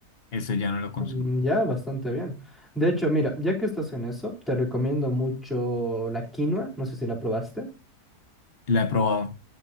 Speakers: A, on the left (about 40°); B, in the centre.
A: Eso ya no lo consumo.
B: Mm, Ya, bastante bien. De hecho, mira, ya que estás en eso, te recomiendo mucho la quinoa. No sé si la probaste.
A: La he probado.